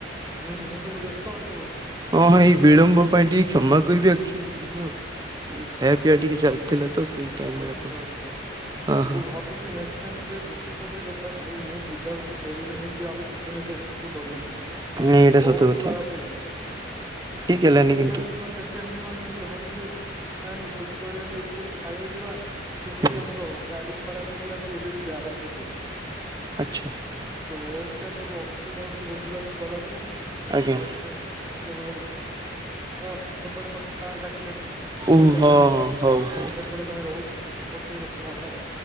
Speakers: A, in the centre; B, on the right (about 20°).
A: ହୁଁ ମୁଁ କହିଲି ବ୍ୟସ୍ତ ଅଛ ବୋଧେ?
B: ହଁ ଭାଇ ଏଇ ବିଳମ୍ବ ପାଇଁ ଟିକେ କ୍ଷମା କରିଵେ। ହୁଁ ଖାଇବା ପିଇବା ଟିକେ ଚାଲିଥିଲା ତ ସେଇ ଟାଇମରେ
A: ଅଛା
B: ଆପଣ
A: ଅଛା
B: ହଁ
A: ମୁ
B: ହଁ।
A: ଭ ଭାବୁଛି ନେକ୍ସଟ ଟାଇମ ଭୋଜି ଭୋଜି କଥା ଭାଇ ମୁଁ ବୁଝାବୁଝି କରିବିନି କି ଆଉ ଯିବନେ କି ଭୋଜି କରିବିନି।
B: ନାଇଁ ଏଇଟା
A: ବୋହୁତ
B: ସତ କଥା
A: ଖରାପ ହେଇଗଲା
B: ଠିକ ହେଲାନି
A: ସେକେଣ୍ଡ
B: କିନ୍ତୁ
A: ଦିନ ସେ କେଣ୍ଡ ଦିନ ସେମିତି ଭାବିଲୁ ନାଇଁ ଭୋଜି କରିବାନି ଏଇଠି କୋଉଠି ଖା ଖାଇକୁ ଯିବା ସେମିତି
B: ହୁଁ
A: ଆମର ଗାଡି ଖରାପ ହେଇଗଲା ସେ ଏବେ ବି ଗ୍ୟାରେଜ ରେ ପଡିଛି।
B: ଆଚ୍ଛା।
A: ତୋ ଏମିତିଆ ସବୁ ଅସୁବିଧା ହଉଛି ଭୋଜି ଭାତ କଲାପରେ
B: ଆଜ୍ଞା
A: ଆଛା। ଆଛା ହଉ ହ ଏପଟେ ମତେ ସାର୍ ଡାକିଲେଣି। ମୁଁ
B: ଓ
A: ଗୋଟେ
B: ହଁ ହଁ
A: କାମ କରୁଛି
B: ହଉ ହଉ।
A: ମୁଁ ସେପଟେ ଯାଇ ରହୁଛି ପଛରେ କଥା ହଵା ଆଉ।